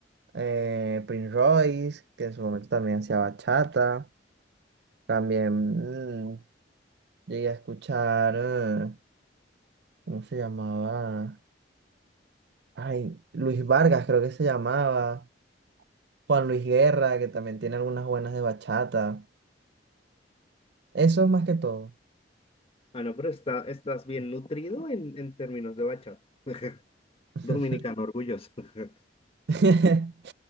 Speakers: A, on the right; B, on the left.
A: eh, Prince Royce, que en su momento también hacía bachata, también mm, llegué a escuchar, eh, ¿cómo se llamaba? Ay, Luis Vargas creo que se llamaba, Juan Luis Guerra, que también tiene algunas buenas de bachata, eso es más que todo.
B: Ah, no, pero está, estás bien nutrido en, en términos de bachata. <laughs>
A: <laughs>
B: Dominicano orgulloso. <laughs>
A: <laughs>